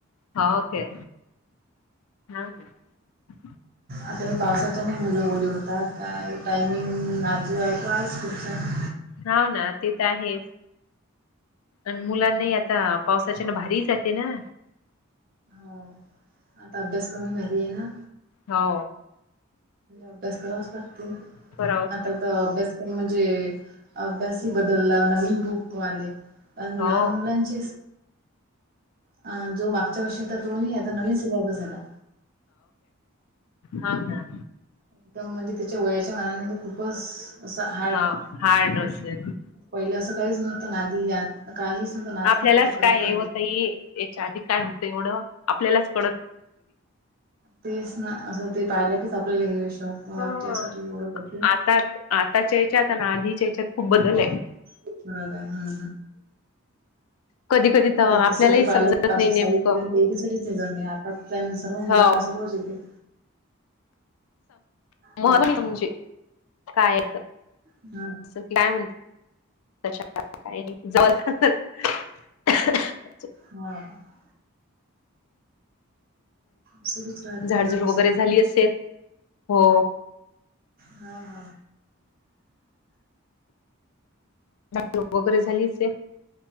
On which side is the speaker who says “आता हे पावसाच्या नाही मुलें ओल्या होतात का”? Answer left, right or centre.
Right